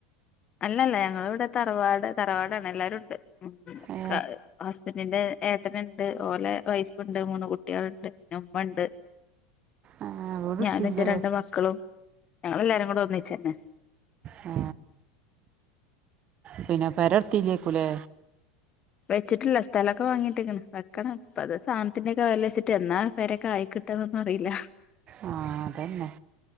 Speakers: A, on the left; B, on the right.
A: അല്ലല്ല ഞങ്ങള ഇവിടെ തറവാട് തറവാടാണ് എല്ലാരുണ്ട് ഉം
B: ഏ
A: ക ഹസ്ബൻഡിന്റെ ഏട്ടനിണ്ട് ഓളെ വൈഫിണ്ട് മൂന്ന് കുട്ടികളുണ്ട് ഉമ്മണ്ട്
B: ആ വീട്
A: ഞാന്
B: എടുത്തില്ലേ
A: എന്റെ രണ്ട് മക്കളും ഞങ്ങളെല്ലാരും കൂടെ ഒന്നിച്ചന്നെ
B: ആ പിന്നെ പരർത്തിയിലേക്കുലെ
A: വെച്ചിട്ടില്ല സ്ഥലൊക്കെ വാങ്ങിട്ടിക്കണ് വെക്കണം അപ്പ അത് സാനത്തിന്റെക്ക വെല വച്ചിട്ട് എന്നാ പേരെക്ക ആയി കിട്ട തൊന്നും അറിയില്ല
B: ആ അതന്നെ